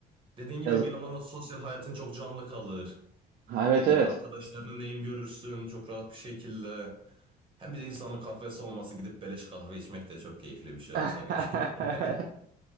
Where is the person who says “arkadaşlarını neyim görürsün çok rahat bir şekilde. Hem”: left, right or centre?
Right